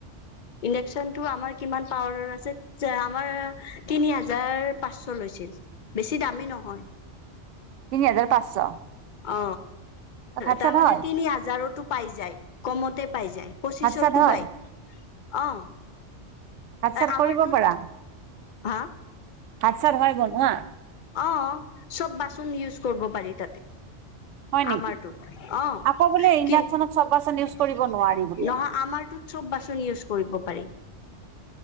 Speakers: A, on the left (about 45°); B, on the right (about 90°).
A: ইণ্ডাকচন টো আমাৰ কিমান পাৱাৰৰ আছে। আমাৰ তিনি হাজাৰ পাঁচশ লৈছে। বেছি দামী নহয়।
B: তিনি হাজাৰ পাঁচশ।
A: অ
B: ভাত
A: তাৰ
B: চাত
A: মানে
B: হয়
A: তিনি হাজাৰো পাই যায়, কমতে পাই যায়, পঁচিছৰটো
B: ভাত চাত হয়
A: পাই, অ'।
B: ভাত-চাত
A: আমাৰটোত
B: কৰিব পাৰা,
A: হা
B: ভাত চাত হয় বনোৱা?
A: অ চব বাচন ইউজ কৰিব পাৰি তাতে।
B: হয় নেকি
A: আমাৰটোত, অ
B: আকৌ বোলে ইণ্ডাকচনত
A: কি নহয়
B: চব বাচন ইউজ কৰিব নোৱাৰি বোলে
A: আমাৰ ত চব বাচন ইউজ কৰিব পাৰি।
B: <inaudible>